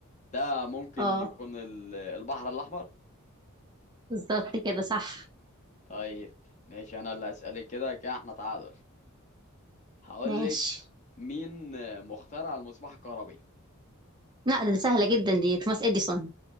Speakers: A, on the left; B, on the right.
A: ده ممكن
B: اه
A: يكون ال- البحر الأحمر
B: بالظبط كده صح
A: طيب ماشي أنا اللي هسألك كده كده احنا تعادل هقولك
B: ماشي
A: مين آه، مخترع المصباح الكهربي
B: لا ده سهلة جدا دي توماس اديسون